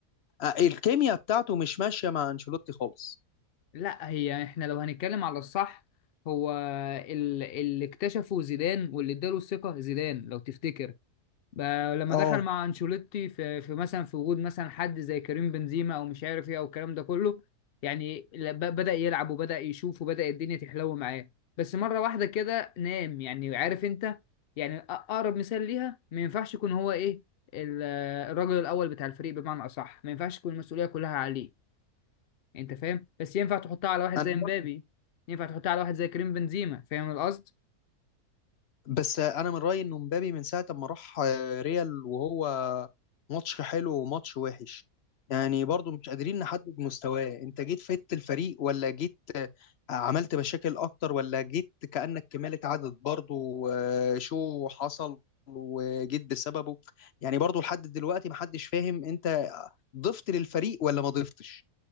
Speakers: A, on the left; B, on the left.
A: آه، الكيمياء بتاعته مش ماشيه مع انشيلوتي خالص
B: لا هي احنا لو هنتكلم على الصح هو ال- اللي اكتشفه زيدان واللي اداله الثقة زيدان لو تفتكر بقى لما
A: اه
B: دخل مع انشيلوتي في في مثلا في وجود مثلا حد زي كريم بنزيما او مش عارف ايه او الكلام ده كله يعني ل- ب- بدأ يلعب وبدأ يشوف وبدأ الدنيا تحلو معاه بس مرة واحدة كده نام يعني عارف انت يعني أ- اقرب مثال ليها ما ينفعش يكون هو ايه ال- الراجل الاول بتاع الفريق بمعنى اصح ما ينفعش تكون المسؤولية كلها عليه انت فاهم بس ينفع تحطها على واحد
A: انا
B: زي مبابي ينفع تحطها على واحد زي كريم بنزيما فاهم القصد
A: بس آه، انا من رايي انه مبابي من ساعه ما راح آه، ريال وهو ماتش حلو وماتش وحش يعني برضو مش قادرين نحدد مستواه انت جيت فدت الفريق ولا جيت عملت مشاكل اكتر ولا جيت كأنك كمالة عدد برضه وشو حصل وجيت بسببه يعني برضه لحد دلوقتي محدش فاهم انت ضفت للفريق ولا ما ضفتش